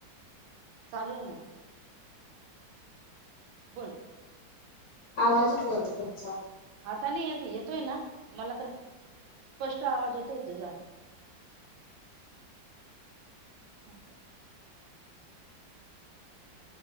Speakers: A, on the right; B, on the left.
A: चालू हे ना. बोल
B: आवाजच येईना तुमचा.
A: आता नाही येत येतोय ना मला तर स्पष्ट आवाज येतोय तुझा. अस स.